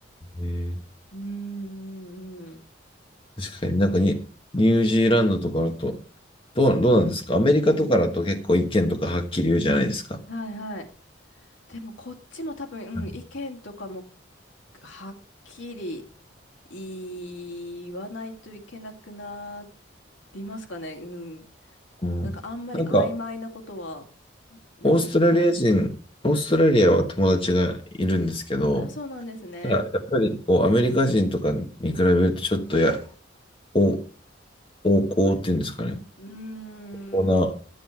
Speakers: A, on the left (about 25°); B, on the left (about 75°).
A: ええ
B: ーん。
A: 確かになんかに、ニュージーランドとかだと、どう、どうなんですかアメリカとかだと結構意見とかはっきり言うじゃないですか。
B: はいはい。でもこっちも多分、
A: はい
B: うん、意見とかもはっきり言わないといけなくなりますかね。うん。
A: うん、
B: なんかあんまり曖昧なことは、
A: なんか、
B: うん
A: オーストラリア人、オーストラリアは友達がいるんですけど、
B: あ、そうなんですね。
A: ただやっぱりこうアメリカ人とかに比べるとちょっとや、お、横行っていうんですかね。
B: うーん。
A: こうな、